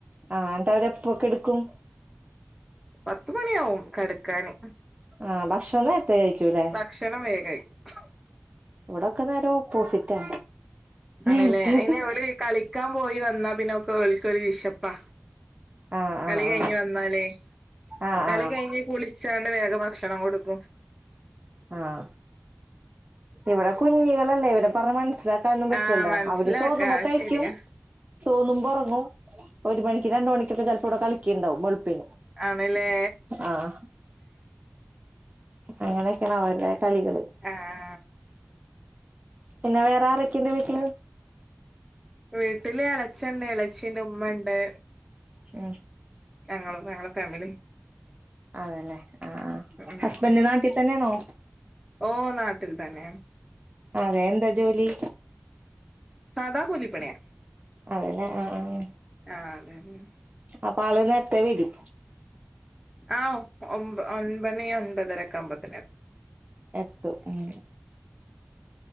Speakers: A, on the right (about 30°); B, in the centre.
A: ആഹ് എന്നട്ട് അവരെപ്പൊ കെടുക്കും.
B: പത്ത് മണിയാവും കടക്കാന്.
A: ആഹ് ഭക്ഷണം നേരത്തെ കഴിക്കൂല്ലേ.
B: ഭക്ഷണം വേം കഴിക്കും.
A: ഇവിടൊക്കെ നേരെ ഓപ്പോസിറ്റാ നേരത്തെ
B: ആണ്ല്ലേ അയ്ന്
A: കഴി
B: ഓല് കളിക്കാൻ പോയി വന്നാ പിന്നൊക്കെ ഓൽക്കൊരു വിശപ്പാ
A: ആഹ്
B: കളി
A: ആഹ്
B: കഴിഞ്ഞ്
A: ആഹ്
B: വന്നാല്
A: ആഹ് ആഹ്
B: കളി കഴിഞ്ഞ് കുളി ച്ചാണ്ട് വേഗം ഭക്ഷണം കൊടുക്കും.
A: ആഹ് ഇവിടെ കുഞ്ഞികളല്ലേ ഇവടെ പറഞ്ഞ മനസ്സില ലാക്കാൻ നൊന്നും പറ്റില്ല
B: ആ മനസ്സിലാക്കാ
A: അവര് തോന്നുമ്പോ
B: അത്
A: കഴിക്കും
B: ശരിയാ
A: തോന്നുമ്പോ ഒറങ്ങും ഒരു മണിക്ക് രണ്ട് മണിക്കൊക്കെ ചെലപ്പോ ഇവടെ കളിക്ക്ണണ്ടാവും വെളുപ്പിന്
B: ആണ്ല്ലേ
A: ആഹ് അങ്ങനെയൊക്കെയാണ് അവരെ കളികൾ.
B: ആഹ്
A: പിന്നെ വേറെ ആരൊക്കെണ്ട് വീട്ടില്
B: വീട്ടില് ഇളച്ചണ്ട് ഇളച്ചിണ്ട് ഉമ്മണ്ട്.
A: ഉം
B: ഞങ്ങള് ഞങ്ങളെ ഫാമിലി
A: അതല്ലെ ആഹ് ആഹ്
B: ഉം
A: ഹസ്ബൻഡ് നാട്ടി തന്നെയാണോ
B: ഓ നാട്ടിൽ തന്നെ
A: അതെ എന്താ ജോലി
B: സാദാ കൂലി പണിയാ
A: അതല്ലെ ആ ഹ്ആഹ്
B: ആ അതെന്നെ
A: അപ്പ ആള് നേരത്തെ വെരും
B: ആഹ് ഒ ഒൻമ്പണി ഒൻപതരക്കമ്പത്തിന് എ
A: എത്തും ഉം